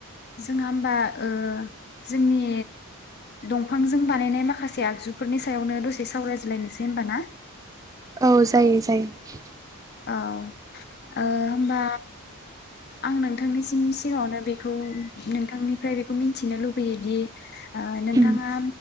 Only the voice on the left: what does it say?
जोंहा होमबा ओ जोंनि दंफांजों बानायनाय माखासे आगजुफोरनि सायावनो दसे सावरायजलायनोसै होमबा ना
औ ओ होनबा आं नोंथांनिसिम सिगाङावनो बेखौ नोंथांनिफ्राय बेखौ मिथिनो लुबैयोदि ओ नोंथाङा